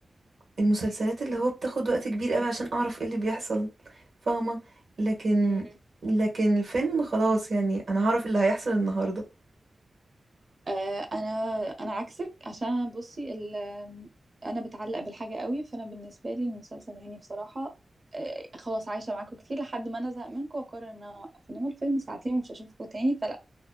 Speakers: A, on the right; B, on the right.
A: المسلسلات اللي هو بتاخد وقت كبير قوي عشان اعرف ايه اللي بيحصل فاهمة لكن
B: مم.
A: لكن الفيلم خلاص يعني انا هعرف اللي هيحصل النهاردة
B: آه أنا أنا عكسك عشان بصي ال- أنا بتعلق بالحاجة قوي فأنا بالنسبة لي المسلسل يعني بصراحة آه خلاص عايشة معاكم كتير لحد ما أنا زهق منكم وأقرر إن أنا أوقف إنما الفيلم ساعتين ومش هشوفكم تاني